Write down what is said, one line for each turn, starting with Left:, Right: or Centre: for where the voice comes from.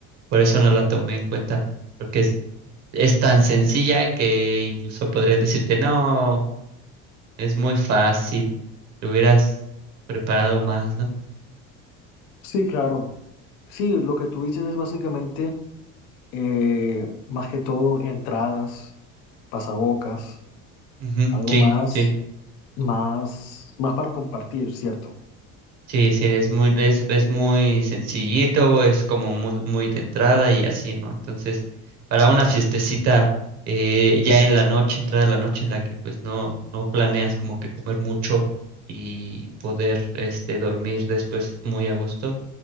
Right: por eso no la tomé en cuenta, porque es, es tan sencilla que incluso podrían decirte no. Es muy fácil. Lo hubieras preparado más, ¿no?
Left: Sí, claro. Sí, lo que tú dices es básicamente, eh, más que todo, entradas pasabocas,
Right: Ujú,
Left: algo
Right: Sí,
Left: más,
Right: sí,
Left: más, más para compartir, ¿cierto?
Right: sí, sí, es muy, es, es muy sencillito, es como muy, muy de entrada y así, ¿no? Entonces, para una fiestecita eh, ya en la noche, entrada a la noche en la que pues no, no planeas como que comer mucho y poder este dormir después muy a gusto.